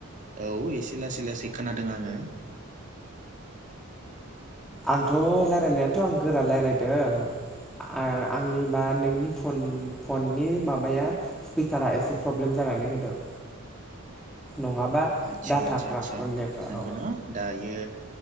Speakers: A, on the right; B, in the centre.
A: औ एसे लासै लासै खोनादों आङो
B: आंथ' लायरायनायाथ' आं गोरा लायरायदों आ-आंनिबा नोंनि फन-फननि माबाया स्पिकारा एसे प्रब्लेम जानानै होदों नङाबा
A: आदसा
B: डाटाफ्रा
A: आसा आसा
B: माने नेटफ्रा
A: नोंगौना
B: औ
A: दायो